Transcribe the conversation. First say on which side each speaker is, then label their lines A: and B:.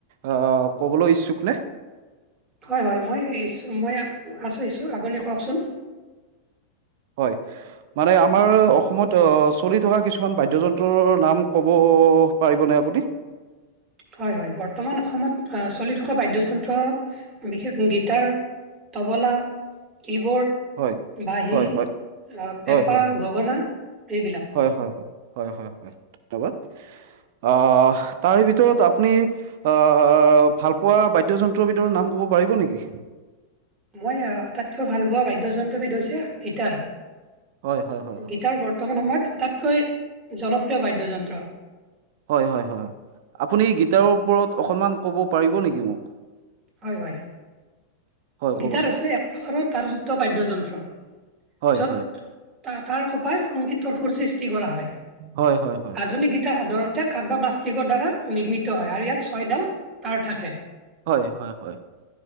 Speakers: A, on the right; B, on the right.
A: আহ ক'বলৈ ইচ্ছুক নে?
B: হয় হয়, মই ইচ্ছু মই আ আছোঁ ইচ্ছু, আপুনি কওকচোন?
A: হয়। মানে আমাৰ অসমত চলি থকা কিছুমান বাদ্যযন্ত্ৰৰ নাম ক'ব পাৰিবনে আপুনি?
B: হয় হয়, বৰ্তমান অসমত আ চলি থকা বাদ্যযন্ত্ৰ বিশেষ গীটাৰ তবলা, কি বৰ্ড
A: হয়
B: বাঁহী,
A: হয় হয়
B: আ পেঁপা,
A: হয় হয় হয়
B: গগনা এইবিলাক।
A: হয় হয়। হয় হয় ধন্যবাদ, আহ তাৰ ভিতৰত আপুনি আহ ভালপোৱা বাদ্যযন্ত্ৰৰ ভিতৰত নাম কব পাৰিব নেকি?
B: মই আটাইতকৈ ভাল পোৱা বাদ্যযন্ত্ৰবিধ হৈছে গীটাৰ,
A: হয় হয় হয় হয়
B: গীটাৰ বৰ তমান সময়ত আটাইতকৈ জনপ্ৰিয় বাদ্যযন্ত্ৰ।
A: হয় হয় হয়, আপুনি গীটাৰৰ ওপৰত অকনমান ক'ব পাৰিব নেকি মোক?
B: হয় হয়।
A: হয় ক'বচোন
B: গীটাৰ হৈছে এক প্ৰকাৰৰ তাৰযুক্ত বাদ্যযন্ত্ৰ
A: হয়
B: য'ত
A: হয়
B: তা তাৰ কপাই সংগীতৰ সুৰ সৃষ্টি কৰা হয়,
A: হয় হয় হয়
B: আধুনিক গীতাৰ সাধাৰণ এতে কাঠ বা প্লাষ্টিকৰ দ্বাৰা নিৰ্মিত হয় আৰু ইয়াত ছয়ডাল তাঁৰ থাকে।
A: হয় হয় হয়